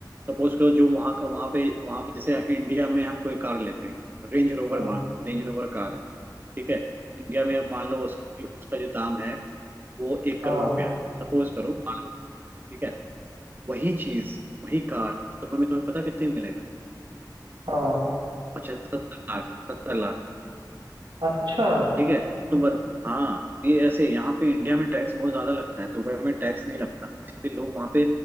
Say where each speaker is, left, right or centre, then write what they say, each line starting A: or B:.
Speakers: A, on the right; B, on the right.
A: सपोज करो जो वहां का वहां पे वहां पे जैसे इंडिया में हम कोई कार लेते हैं रेंज रोवर
B: हाँ
A: मान लो रेंज रोवर कार है ठीक है इंडिया में मान लो उसकी उसका जो दाम है वो एक
B: हाँ
A: करोड़ रुपया है सपोज करो मान लो, ठीक है वही चीज वही कार तो तुम्हें तुम्हें पता कितने में मिलेगा
B: हाँ
A: पचहत्तर सत्तर लाख में सत्तर लाख में
B: अच्छा
A: ठीक है तो बस हाँ ये ऐसे यहाँ पे इंडिया में टैक्स बहुत ज्यादा लगता है दुबई में टैक्स नहीं लगता इसलिए लोग वहाँ पे